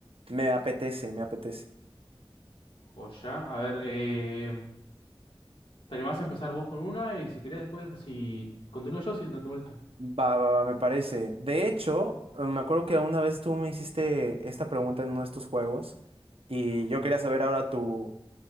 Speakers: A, on the right; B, on the left.
A: me apetece, me apetece.
B: O ya. A ver, eh, te animás a empezar vos con una y si querés después, si continúo yo, si no te molesta.
A: Va, va, va, me parece. De hecho, eh, me acuerdo que una vez tú me hiciste esta pregunta en uno de estos juegos y yo quería saber ahora tu,